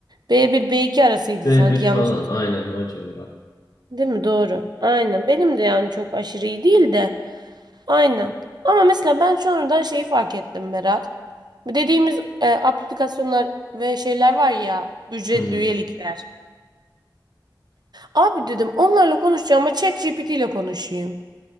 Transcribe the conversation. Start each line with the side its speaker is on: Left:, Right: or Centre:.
Right: b bir b iki arasıydı
Left: b
Right: sanki
Left: bir
Right: yanlış
Left: falan aynen o civarlar.
Right: değil mi? Doğru. Aynen. Benim de yani çok aşırı iyi değil de. Aynen. Ama mesela ben sonradan şeyi fark ettim Berat. Dediğimiz e, aplikasyonlar ve şeyler var ya ücretli
Left: Hı hı,
Right: üyelikler. Abi dedim onlarla konuşacağım ama ChatGPT ile konuşayım.